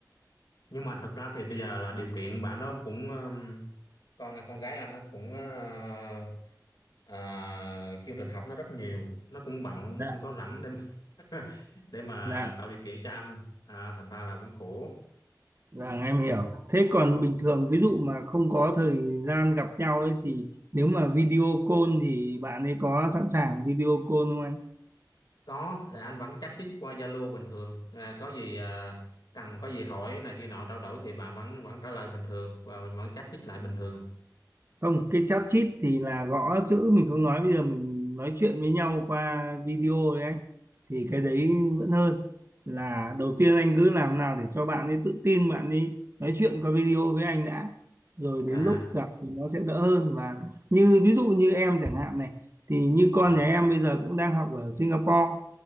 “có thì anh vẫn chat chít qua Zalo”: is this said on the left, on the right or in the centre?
Left